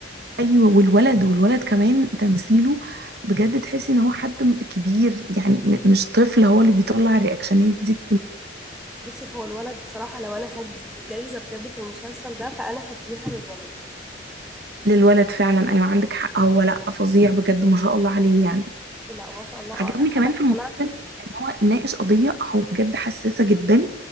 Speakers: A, on the right (about 55°); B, in the centre.
A: ايوه والولد والولد كمان تمثيله بجد تحسي ان هو حد م- كبير يعني م- مش طفل هو اللي بيطلع الرياكشنات دي
B: بصي هو الولد بصراحة لو أنا هدي جايزة بجد في المسلسل ده فأنا هديها للولد
A: للولد فعلا ايوه عندك حق هو لا فظيع بجد ما شاء الله عليه يعني
B: لا ما شاء الله
A: عجبني كمان
B: أنا اقتنعت
A: في المسلسل
B: بيه
A: ان هو ناقش قضيه هو بجد حساسه جدا